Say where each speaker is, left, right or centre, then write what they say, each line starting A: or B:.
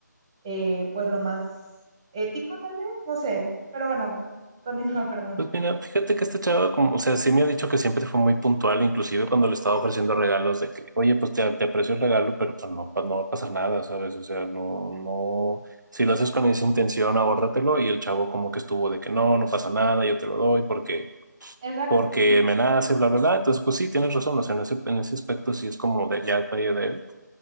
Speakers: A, on the right (about 15°); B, on the right (about 75°).
A: eh, pues lo más ético tal vez, no sé, pero bueno, continúa, perdón.
B: Pues mira, fíjate que esta chava, como, o sea, sí me ha dicho que siempre fue muy puntual, inclusive cuando le estaba ofreciendo regalos de que, oye, pues te, te aprecio el regalo, pero pues no, pues no va a pasar nada, ¿sabes? O sea, no, no, si lo haces con esa intención, ahórratelo, y el chavo como que estuvo de que no, no pasa nada, yo te lo doy porque,
A: Exacto.
B: porque
A: ujú.
B: me nace, bla, bla, bla. Entonces, pues sí, tienes razón, o sea, en ese, en ese aspecto sí es como de, ya fallo de él.